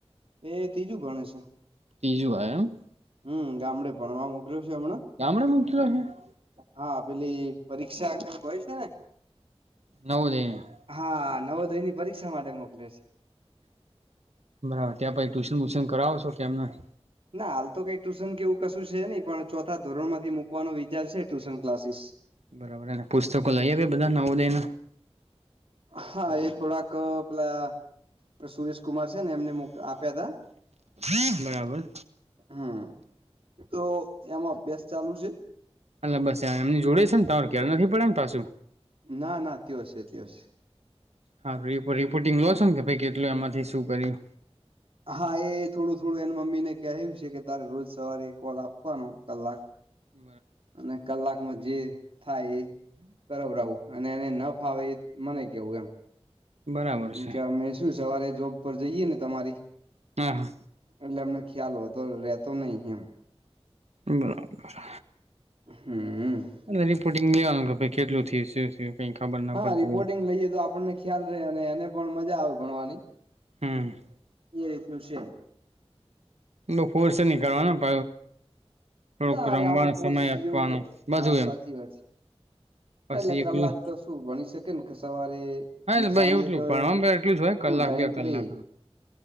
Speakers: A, on the right; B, on the right.
A: એ ત્રીજું ભણે છે.
B: ત્રીજું <unintelligible>
A: હમ ગામડે પણમાં મોકલ્યો છે, હમણાં.
B: <inaudible>
A: હા પેલી પરીક્ષા કેમ હોય છે, ને.
B: <unintelligible>
A: હા નવોદય ની પરીક્ષા માટે મોકલે છે.
B: બરાબર ત્યાં પછી ટ્યુશન વ્યુશન કરાવો છો કે એમ નેમ
A: ના હાલ તો કઈ ટુશન કે એવું કશું છે નહી પણ ચોથા ધોરણ માંથી મુકવાનો વિચાર છે ટ્યુશન ક્લાસીસ
B: બરાબરને પુસ્તકો લઈએ બધા નવો દયના
A: હા એ થોડાક અ પેલા સુરેશ કુમાર છે ને એમને મો આપ્યા હતા
B: <inaudible> બરાબર
A: હમ તો એમાં અભ્યાસ ચાલુ છે?
B: અલા બસ એમની જોડે છે તમાર ઘેર નથી પડયા ને પાછું
A: ના ના ત્યોં છે ત્યોં છે
B: હા રિપોર્ટિંગ લો છો ને કે ભાઈ કેટલું એમાંથી શું કર્યું
A: હા એ થોડું થોડું એન મમ્મીને કહ્યું છે કે તારે રોજ સવારે કોલ આપવાનો કલાક
B: હમ
A: અને કલાક માં જે થાય એ કરવરાવ રાઉ અને એને ન ફાવે એ મને કેવું એમ
B: બરાબર છે
A: કે અમે શું સવારે જોબ પર જઈએ ને તમારી
B: હા હા.
A: એટલે અમને ખ્યાલ હો તો રેતો નહી એમ.
B: બરાબર.
A: હમ્મ હમ્મ.
B: અને રિપોર્ટંગ લેવાનું કે ભાઈ કેટલું થયું શું થયું કઈ ખબર ના
A: હા
B: પડતી
A: રિપોર્ટિંગ
B: હોય
A: લઈએ તો આપણને ખ્યાલ રે અને એને પણ મજા આવે ભણવાની
B: હમ
A: એ રીતનું છે.
B: એનો ફોર્સ ની કરવાનો પ થોડુંક
A: ના
B: રમવાનો
A: રે આમાં ફોર્સ
B: સમય આપવાનો
A: જેવું કે
B: બધું
A: હા
B: એમ
A: સાચી વાત છે
B: પછી
A: એટલે
B: એકલું
A: કલાક તો શું ભણી શકે ને સવારે
B: હાને
A: અને સાંજે
B: એવલું
A: તો
B: ભણવાનું પછી એટલું જ હોય કલાક
A: ફૂલ ટાઈમ
B: બે કલાક
A: ફ્રી